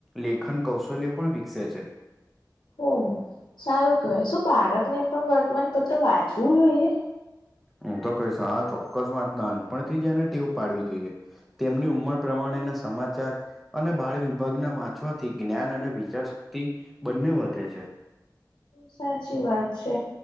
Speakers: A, in the centre; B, on the left (about 85°).
A: લેખન કૌશલ્ય પણ વિકસે છે.
B: ઓ સારું કહે શું બાળક ને પણ વર્તમાનપત્ર વાંચવું જોઈએ?
A: હું તો કહીશ આ ચોક્કસ વાંચતા નાનપણથી જ એને ટીવ પાડવી જોઈએ. તેમની ઉંમર પ્રમાણેના સમાચાર અને બાળ વિભાગના વાંચવાથી જ્ઞાન અને વિચાર શક્તિ બંને વધે છે.
B: સાચી વાત છે.